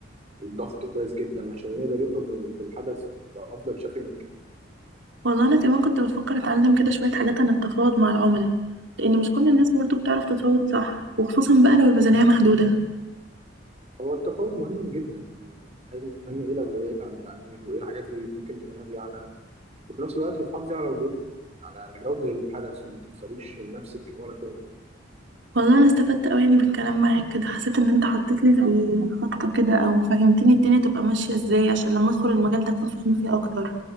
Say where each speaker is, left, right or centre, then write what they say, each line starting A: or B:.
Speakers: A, on the right; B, on the right.
A: والضغط كويس جدا عشان يقدر يخرج من- بالحدث بأفضل شكل ممكن
B: والله انا كمان كنت بفكر اتعلم كده شوية حاجات عن التفاوض مع العملاء لان مش كل الناس برضو بتعرف تتفاوض صح وخصوصا بقى لو الميزانية محدودة
A: هو التفاوض مهم جدا يعني لازم تفهمي ايه الاولويات عند العميل وايه الحاجات اللي ممكن تتنازلي عنها وفي نفس الوقت تحافظي على وجود على على جودة الحدث وما تخسريش نفسك ولا شغلك
B: والله انا استفدت قوي يعني بالكلام معاك كده حسيت ان انت حطيت لي زي خطة كده او فهمتني الدنيا تبقى ماشية ازاي عشان لما ادخل المجال ده اكون فاهمة فيه اكتر